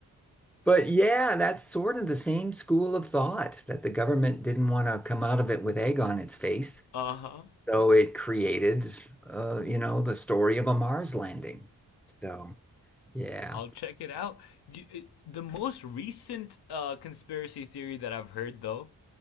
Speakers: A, in the centre; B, on the left.
A: But yeah, that's sort of the same school of thought that the government didn't want to come out of it with egg on its face.
B: Uh-huh.
A: So it created, uh, you know, the story of a Mars landing. So yeah.
B: I'll check it out. You- it- The most recent uh, conspiracy theory that I've heard, though,